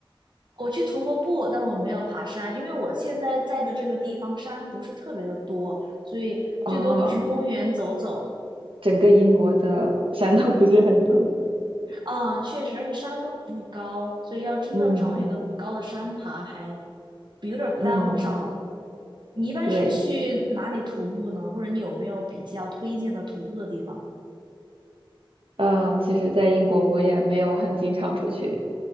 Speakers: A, on the right; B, on the right.
A: 我去徒过步，但我没有爬山，因为我现在在的这个地方山不是特别的多，所以最多就去公园走走。
B: 哦，整个英国的山都不是很多。
A: 嗯，确实，而且山都不高，所以要真的找一个很高的山爬还
B: 嗯
A: 有点儿不太好找。
B: 嗯，
A: 你一般是去哪里徒步呢？
B: 对。
A: 或者你有没有比较推荐的徒步的地方？
B: 嗯，呃其实，在英国我也没有很经常出去，